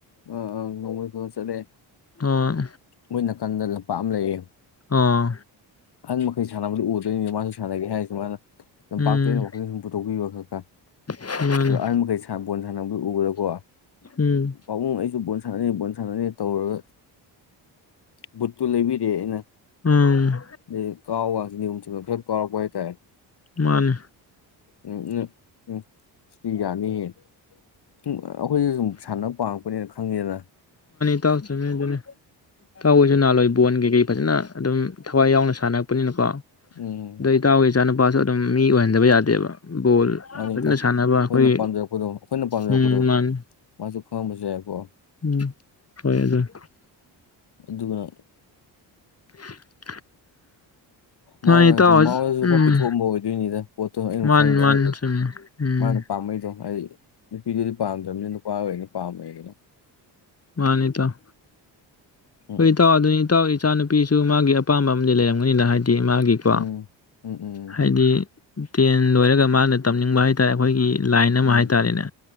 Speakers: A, on the left; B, on the left.
A: ꯑ ꯑ ꯅꯣꯡꯃꯣꯏ ꯗ ꯆꯠꯂꯦ
B: ꯑꯣ
A: ꯃꯣꯏ ꯅꯥꯀꯟꯗ ꯂꯄꯥꯛ ꯑꯃ ꯂꯩꯌꯦ
B: ꯑꯥ
A: ꯑꯍꯟ ꯃꯈꯩ ꯁꯥꯟꯅꯕꯗꯣ ꯎꯗ ꯗꯨꯏꯅꯦ ꯃꯥꯁꯨ ꯁꯥꯟꯅꯒꯦ ꯍꯥꯏꯁ ꯗꯨꯃꯥꯏꯅ ꯂꯝꯄꯥꯛꯥꯛꯇ
B: ꯎꯝ
A: ꯑꯩꯅ ꯋꯥꯀꯤꯡ ꯁꯨꯝ ꯄꯨꯊꯣꯛꯄꯤꯕ ꯈꯔ ꯈꯔ
B: ꯃꯥꯅꯤ
A: ꯑꯗꯣ ꯑꯍꯟ ꯃꯈꯩ ꯁꯥ ꯕꯣꯟ ꯁꯥꯟꯅꯕꯗꯨ ꯎꯕꯗꯀꯣ
B: ꯎꯝ
A: ꯄꯥꯕꯨꯡ ꯑꯩꯁꯨ ꯕꯣꯟ ꯁꯥꯟꯅꯅꯤ ꯕꯣꯟ ꯁꯥꯟꯅꯅꯤ ꯇꯧꯔꯒ ꯕꯨꯠꯇꯨ ꯂꯩꯕꯤꯔꯦ ꯑꯩꯅ
B: ꯎꯝ
A: ꯗꯤ ꯀꯥꯎꯋꯥꯖꯤ ꯅꯤꯌꯣꯝ ꯆꯨꯞꯅ ꯈꯔ ꯀꯥꯎꯋꯛꯄ ꯍꯥꯏ ꯇꯥꯔꯦ
B: ꯃꯥꯅꯤ
A: ꯎꯝ ꯑ ꯎꯝ ꯁꯤꯗꯤ ꯌꯥꯅꯤꯌꯦ ꯎꯝ ꯑꯩꯈꯣꯏꯖꯦ ꯁꯨꯝ ꯁꯥꯟꯅ ꯄꯥꯝꯃꯛꯄꯅꯤꯅ ꯈꯪꯉꯤꯅ
B: ꯥꯇꯥꯎ ꯆꯨꯝꯃꯦ ꯑꯗꯨꯅꯦ ꯏꯇꯥꯎꯍꯣꯏꯁꯨ ꯅꯍꯥꯟꯋꯥꯏ ꯕꯣꯟ ꯀꯩꯀꯩ ꯐꯖꯅ ꯑꯗꯨꯝ ꯊꯋꯥꯏ ꯌꯥꯎꯅ ꯁꯥꯟꯅꯔꯛꯄꯅꯤꯅꯀꯣ
A: ꯎꯝ
B: ꯗꯩ ꯏꯇꯥꯎꯒꯤ ꯏꯆꯥꯅꯨꯞ ꯄꯥꯁꯨ ꯑꯗꯨꯝ ꯃꯤ ꯑꯣꯏꯍꯟꯗꯕ ꯌꯥꯗ ꯕꯣꯜ
A: ꯃꯥꯅꯤ
B: ꯐꯖꯅ
A: ꯏꯇꯥꯎ
B: ꯁꯥꯟꯅꯕ ꯑꯩꯈꯣꯏꯒꯤ
A: ꯑꯩꯈꯣꯏꯅ ꯄꯥꯝꯖꯔꯛꯄꯗꯣ ꯑꯩꯈꯣꯏꯅ ꯄꯥꯝꯖꯔꯛꯄꯗꯣ
B: ꯎꯝ ꯃꯥꯅꯤ
A: ꯃꯥꯁꯨ ꯈꯪꯉꯝꯕꯁꯨ ꯌꯥꯏꯌꯦꯕꯀꯣ
B: ꯎꯝ ꯍꯣꯏ ꯑꯗꯨꯅꯤ
A: ꯑꯗꯨꯅ
B: <unintelligible>
A: ꯃꯥꯅ
B: ꯃꯥꯅꯤ ꯏꯇꯥꯎ
A: ꯃꯥꯎꯗꯁꯨ
B: ꯎꯝ
A: ꯈꯔ ꯄꯤꯊꯣꯛꯑꯝꯕ ꯑꯣꯏꯗꯣꯏꯅꯤꯗ ꯄꯣꯠꯇꯣ ꯑꯩꯅ
B: ꯃꯥꯅꯤ
A: ꯈꯪꯕ
B: ꯃꯥꯅꯤ
A: ꯍꯥꯏꯗꯤ
B: ꯆꯨꯝꯃꯤ ꯎꯝ
A: ꯃꯥꯅ ꯄꯥꯝꯕꯩꯗꯣ ꯍꯥꯏꯗꯤ ꯅꯨꯄꯤꯗꯨꯗꯤ ꯄꯥꯝꯗ꯭ꯔꯕꯅꯤ ꯅꯨꯄꯥ ꯑꯣꯏꯅ ꯄꯥꯝꯃꯦꯗꯅ
B: ꯃꯥꯅꯤ ꯏꯇꯥꯎ
A: ꯎꯝ
B: ꯍꯣꯏ ꯏꯇꯥꯎ ꯑꯗꯨꯗꯤ ꯏꯇꯥꯎ ꯏꯆꯥ ꯅꯨꯨꯄꯤꯁꯨ ꯃꯥꯒꯤ ꯑꯄꯥꯝꯕ ꯑꯃꯗꯤ ꯂꯩꯔꯝꯒꯅꯤꯗ ꯍꯥꯏꯗꯤ ꯗꯤ ꯃꯥꯒꯤꯀꯣ
A: ꯎꯝ ꯎꯝ ꯎꯝ
B: ꯍꯥꯏꯗꯤ ꯇꯦꯟ ꯂꯣꯏꯔꯒ ꯃꯥꯅ ꯇꯝ ꯇꯝꯅꯤꯡꯕ ꯍꯥꯏꯇꯥꯔꯦ ꯑꯩꯈꯣꯏꯒꯤ ꯂꯥꯏꯟ ꯑꯃ
A: ꯎꯝ
B: ꯍꯥꯏꯇꯥꯔꯦꯅꯦ